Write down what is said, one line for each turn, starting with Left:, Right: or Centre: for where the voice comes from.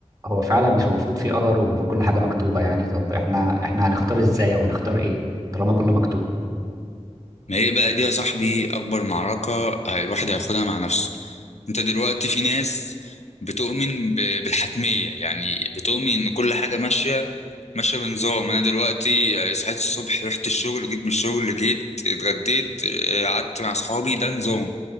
Right: هو فعلا مش المفروض في قدر ومفروض كل حاجه مكتوبه يعني طب احنا احنا هنختار ازاي او هنختار ايه طالما كله مكتوب
Left: ما هي بقى دي يا صاحبي أكبر معركة الواحد هياخدها مع نفسه أنت دلوقتي في ناس بتؤمن ب- بالحتمية يعني بتؤمن إن كل حاجة ماشية ماشية بنظام أنا دلوقتي آه، صحيت الصبح رحت الشغل جيت من الشغل جيت اتغديت آه، قعدت مع صحابي ده نظام